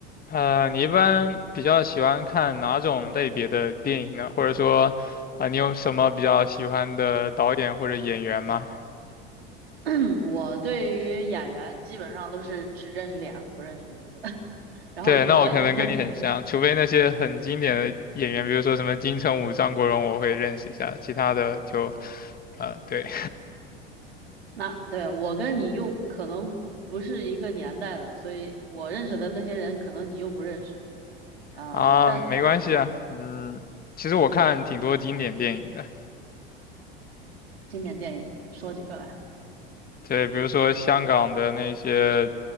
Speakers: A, on the left (about 30°); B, on the right (about 80°).
A: 呃，你一般比较喜欢看哪种类别的电影呢？或者说，啊、你有什么比较喜欢的导演或者演员吗？
B: <clears throat> 我对于演员基本上都是只认识脸，不认识名字。<laughs> 然后导演，
A: 对，那我可能跟你很像，
B: <laughs>
A: 除非那些很经典的演员，比如说什么金城武、张国荣，我会认识一下，其他的就，呃，对，
B: 那对我跟你又可能不是一个年代的，所以我认识的那些人，可能你又不认识
A: <laughs>
B: 啊、
A: 啊，
B: 呃但
A: 没关系啊，嗯，其实我看挺多经典电影的，
B: 经典电影说几个来？
A: 对，比如说香港的那些